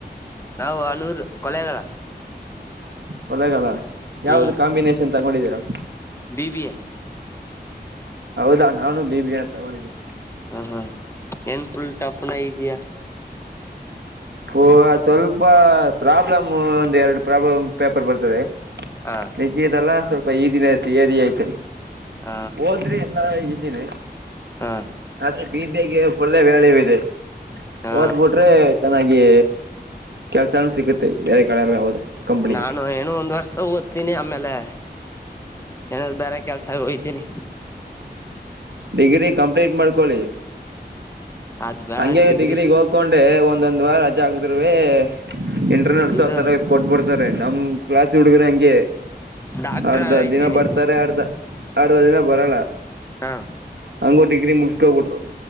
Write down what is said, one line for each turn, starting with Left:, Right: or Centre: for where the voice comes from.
Left: ನಾವು ಆನೂರ್ ಕೊಳ್ಳೆಗಾಲ
Right: ಕೊಳ್ಳೆಗಾಲ ಯಾವ್ದ
Left: ಹ್ಮ್
Right: ಕಾಂಬಿನೇಷನ್ ತಗೊಂಡಿದ್ದೀರಾ
Left: ಬಿ ಬಿ ಎ
Right: ಹೌದಾ ನಾನು ಬಿ ಬಿ ಎ ತಗೊಂಡಿದ್ದೀನಿ
Left: ಹಾ ಹಾ ಏನ್ ಫುಲ್ ಟಫ್ನ ಈಜಿಯಾ
Right: ಹೋ ಸ್ವಲ್ಪ ಪ್ರಾಬ್ಲಮ್ ಒಂದ್ ಎರಡು ಪ್ರಾಬ್ಲಮ್ ಪೇಪರ್ ಬರ್ತದೆ
Left: ಹ
Right: ಮಿಕ್ಕಿದೆಲ್ಲ ಸ್ವಲ್ಪ್ ಈ ದಿನ ತೆಯತ್ ರಿ ಐತೆ
Left: ಹ
Right: ಓದ್ರೀ ಇದಿನಿ
Left: ಹ
Right: ಆದ್ರೆ ಬಿಬಗೆ ಒಫುಲ್ ವ್ಯಳಯೂ ಇದೆ
Left: ಹಾ
Right: ಓದ್ಬಿಟ್ರಿ ಚೆನ್ನಾಗಿ ಕೆಲ್ಸಾನು ಸಿಗುತ್ತೆ ಬೇರೆ ಕಡೆಲ್ಲ ಹೋದ್ರೆ ಕಂಪ್ನಿಗೆ
Left: ನಾನು ಏನು ಒಂದ್ ವರ್ಷ ಓದ್ತೀನಿ ಆಮ್ಯಕ್ ಬ್ಲಲೆ ಏನ ಬೇರೆ ಕೆಲ್ಸ ಹೋಗ್ತೀನಿ
Right: ಡಿಗ್ರಿ ಕಂಪ್ಲೀಟ್ ಮಾಡ್ಕೊಳ್ಳಿ
Left: ಅದ್ ಬೇಡಾಕ್
Right: ಹಂಗೆ
Left: ಡಿಗ್ರಿ
Right: ಡಿಗ್ರಿಗ್ ಹೋಗ್ಕೊಂಡ್ರೆ ಒಂದೊಂದ್ ವಾರ ರಜಾ ಆಗಬೇಕ್ ನೋವೇ ಇಂಟರ್ನೆಟ್ಸ
Left: ಇದು
Right: ಆ ತರ ಕೊಟ್ಬಿಡ್ ಇದಾರೆ ನಮ್ ಕ್ಲಾಸ್ ದು ಹುಡ್ಗರ ಹಂಗೆ
Left: ಡಾಕ್ಟ್ರ
Right: ಅರ್ಧ
Left: ಐತೀನಿ
Right: ದಿನ ಬರ್ತಾರೆ ಅರ್ಧ ಅರ್ಧ ದಿನ ಬರಲ್ಲ
Left: ಹಾ
Right: ಹಂಗೊಟಗ್ರಿ ಮುಗಸ್ಕೋಬಿಟ್ರು